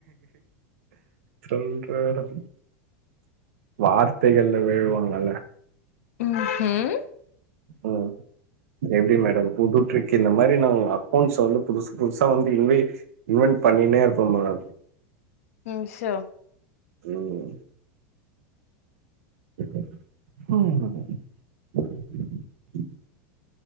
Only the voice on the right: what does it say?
சொல்றாரப் வார்த்தைகள்ல வெழுவாங்கல
ம் எப்டி மேடம் புது ட்ரிக் இந்த மாரி நா அக்கௌண்ஸ் வந்து புதுசு புதுசா வந்து இன்வை ம் பன் பண்ணினே இருப்பே மேடம்
ம் ம்